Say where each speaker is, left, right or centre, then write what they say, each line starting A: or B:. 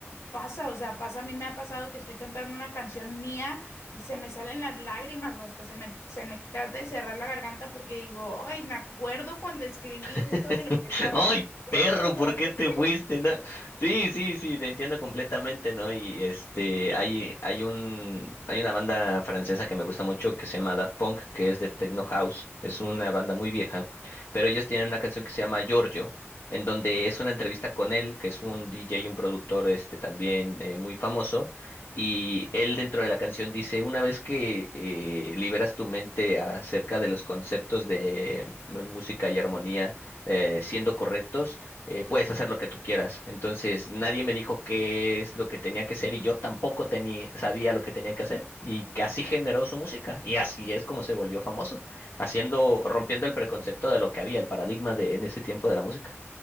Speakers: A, on the left (about 80°); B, on the left (about 60°).
A: Pasa, o sea, pasa, a mí me ha pasado que estoy cantando una canción mía y se me salen las lágrimas o hasta se me, se me trata de cerrar la garganta porque digo, ay, me acuerdo cuando escribí
B: <laughs>
A: esto de lo que estaba
B: Ay,
A: sintiendo,
B: perro,
A: ¿sabes?
B: ¿por qué te fuiste? No. Sí, sí, sí, te entiendo completamente, ¿no? Y este, hay, hay un, hay una banda francesa que me gusta mucho que se llama Daft Punk, que es de Techno House. Es una banda muy vieja, pero ellos tienen una canción que se llama Giorgio, en donde es una entrevista con él, que es un DJ y un productor, este, también eh, muy famoso. Y él dentro de la canción dice, una vez que eh, liberas tu mente acerca de los conceptos de eh, música y armonía, eh, siendo correctos, eh, puedes hacer lo que tú quieras. Entonces, nadie me dijo qué es lo que tenía que hacer y yo tampoco tenía, sabía lo que tenía que hacer. Y que así generó su música y así es como se volvió famoso, haciendo, rompiendo el preconcepto de lo que había, el paradigma de en ese tiempo de la música.